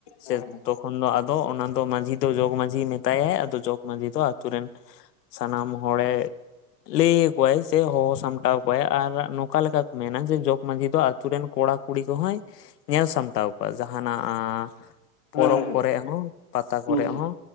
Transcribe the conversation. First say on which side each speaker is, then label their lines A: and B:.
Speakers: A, on the left; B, on the left.
A: ᱥᱮ
B: ᱦᱮᱸ
A: ᱛᱚ ᱛᱚᱠᱷᱚᱱ ᱫᱚ ᱟᱫᱚ ᱚᱱᱟ ᱫᱚ ᱢᱟᱺᱡᱷᱤ ᱫᱚ ᱡᱚᱜᱽ ᱢᱟᱺᱡᱷᱤᱭ ᱢᱮᱛᱟᱭᱟᱭ ᱟᱫᱚ ᱡᱚᱜᱽ ᱢᱟᱺᱡᱷᱤ ᱫᱚ ᱟᱛᱳ ᱨᱮᱱ ᱥᱟᱱᱟᱢ ᱦᱚᱲᱮ ᱞᱟᱹᱭ ᱟᱠᱚᱣᱟᱭ ᱥᱮ ᱦᱚᱦᱚ ᱥᱟᱢᱴᱟᱣ ᱠᱚᱣᱟᱭ ᱟᱨ ᱱᱚᱝᱠᱟ ᱞᱮᱠᱟ ᱠᱚ ᱢᱮᱱᱟᱮ ᱡᱚᱜᱽᱢᱟᱟᱹᱡᱷᱤ ᱫᱚ ᱟᱛᱳ ᱨᱮᱱ ᱠᱚᱲᱟᱼ ᱠᱩᱲᱤ ᱠᱚᱦᱚᱸᱭ ᱧᱮᱞ ᱥᱟᱢᱴᱟᱣ ᱠᱚᱣᱟ ᱡᱟᱦᱟᱸᱱᱟᱜ ᱟ ᱯᱚᱨᱚᱵᱽ
B: ᱦᱮᱸ ᱦᱮᱸ
A: ᱠᱚᱨᱮ ᱦᱚᱸ ᱯᱟᱛᱟ ᱠᱚᱨᱮ
B: ᱦᱩᱸ
A: ᱦᱚᱸ᱾